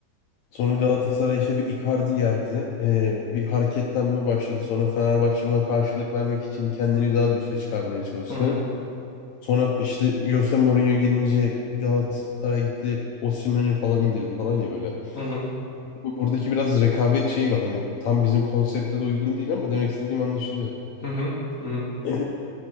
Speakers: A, on the left; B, on the left.
A: Sonra Galatasaray işte bir Icardi geldi. Ee, bir hareketlenme başladı. Sonra Fenerbahçe buna karşılık vermek için kendini daha da üste çıkarmaya çalıştı.
B: hı hı,
A: Sonra işte Jose Mourinho gelince Galatasaray gitti. Osimhen'i falan indirdi falan ya böyle.
B: hı hı,
A: Bu- Buradaki biraz rekabet şeyi var. Hani tam bizim konsepte de uygun değil ama demek istediğim anlaşılıyor
B: hı hı, hı hı.
A: e,